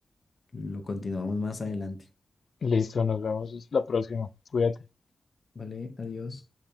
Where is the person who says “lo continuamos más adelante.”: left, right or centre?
Left